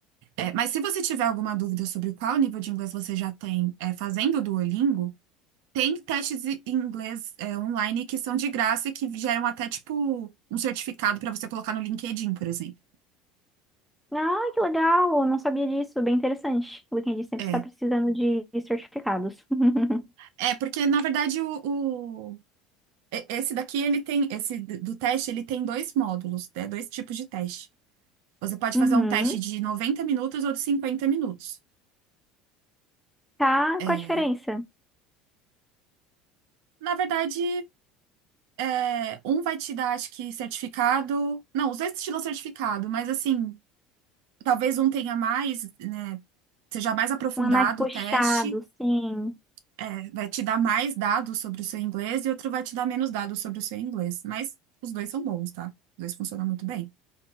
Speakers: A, on the right; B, in the centre.
A: É, Mas se você tiver alguma dúvida sobre qual nível de inglês você já tem, é, fazendo o Duolingo, tem testes em inglês, é, online que são de graça e que geram até, tipo, um certificado para você colocar no LinkedIn, por exemplo.
B: Ah, que legal! Eu não sabia disso, bem interessante. O LinkedIn sempre
A: É,
B: está precisando de certificados. <laughs>
A: é porque, na verdade, o, o- e- esse daqui, ele tem, esse d- do teste, ele tem dois módulos, né? Dois tipos de teste. Você pode
B: Uhum.
A: fazer um teste de 90 minutos ou de 50 minutos.
B: Tá,
A: É.
B: qual a diferença?
A: Na verdade, é, um vai te dar, acho que, certificado. Não, os dois te dão certificado, mas assim, Talvez um tenha mais, né? Seja mais aprofundado
B: Um é mais puxado,
A: o teste,
B: sim.
A: é, vai te dar mais dados sobre o seu inglês e outro vai te dar menos dados sobre o seu inglês. Mas os dois são bons, tá? Os dois funcionam muito bem.